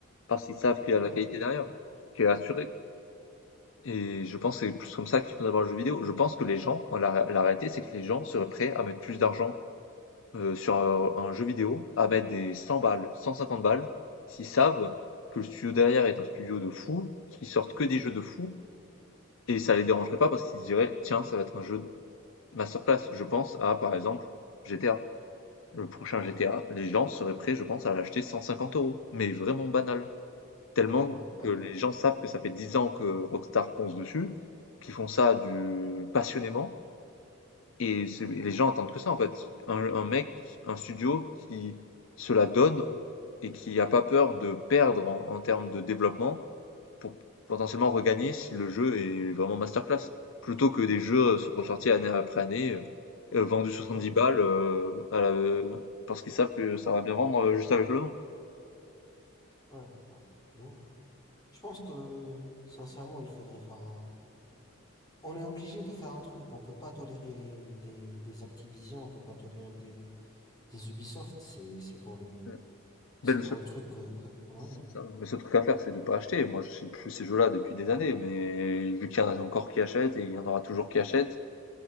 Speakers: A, on the left (about 70°); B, on the left (about 20°).
A: parce qu'ils savent
B: c'est ça,
A: qu'il y a
B: Ouais,
A: de la qualité derrière, qui est assurée. Et je pense que c'est plus comme ça qu'il faut avoir le jeu vidéo. Je pense que les gens, la, la réalité, c'est que les gens seraient prêts à mettre plus d'argent euh, sur un, un jeu vidéo, à mettre des 100 balles, 150 balles, s'ils savent que le studio derrière est un studio de fou, qui sortent que des jeux de fou, Et ça les dérangerait pas parce qu'ils se diraient, tiens, ça va être un jeu de masterclass. Je pense à, par exemple, GTA. Le prochain
B: ouais,
A: GTA, les gens seraient prêts, je pense, à l'acheter 150 euros. Mais vraiment banal. Tellement
B: ouais, ouais,
A: que les gens savent que ça fait 10 ans que Rockstar ponce dessus, qu'ils font ça du passionnément. Et c'est- et les gens attendent que ça, en fait. Un, un mec, un studio qui se la donne et qui a pas peur de perdre en, en termes de développement pour potentiellement regagner si le jeu est vraiment masterclass. Plutôt que des jeux euh, ressortis année après année, euh, euh, vendus 70
B: ouais,
A: balles euh, à la- euh, parce qu'ils savent que ça va bien vendre euh, juste avec le nom.
B: ouais, ouais. De ouf. Je pense que sincèrement, il faudrait faire un. On est obligé de faire un truc. On peut pas tolérer des, des Activision, on peut pas tolérer des, des Ubisoft. C'est c'est pour le
A: Ouais.
B: c'est
A: Ben, le
B: pour
A: seul,
B: le truc que, que... ouais,
A: c'est ça, le seul truc à faire, c'est de pas acheter. Moi, je sais plus ces jeux-là depuis des années, mais vu qu'il y en a encore qui achètent et il y en aura toujours qui achètent,